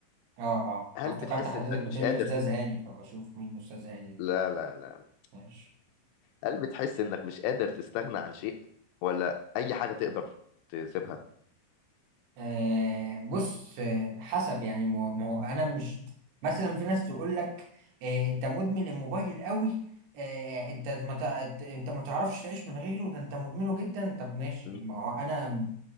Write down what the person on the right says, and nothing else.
اه اه
أنا افتكرت
حضرتك
بتقول
لي استاذ
هاني فبشوف مين استاذ هاني ده.
ماشي
آه بص آه، حسب يعني ما ما هو انا مش مثلا في ناس تقول لك آه انت مدمن الموبايل قوي آه انت ما تع- انت ما تعرفش تعيش من غيره ده انت مدمنه جدا طب ماشي
ما هو انا